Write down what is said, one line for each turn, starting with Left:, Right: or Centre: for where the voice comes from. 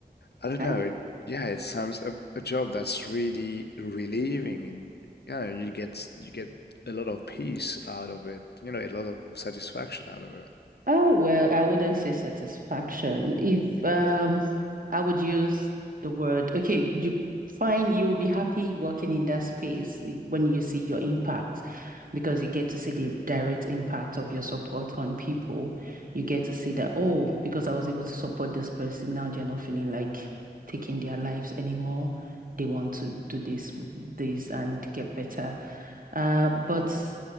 Left: I don't
Right: <laughs>
Left: know. it- Yeah, it sounds a, a job that's really relieving, and you know, you get you get a lot of peace out of it. You know, a lot of satisfaction out of it.
Right: Oh, well, I wouldn't say satisfaction. If um I would use the word, okay, you find you'll be happy working in that space when you see your impact because you get to see the direct impact of your support on people. You get to see that, oh, because I was able to support this person, now they're not feeling like taking their lives anymore. They want to do this, this and get better uh, but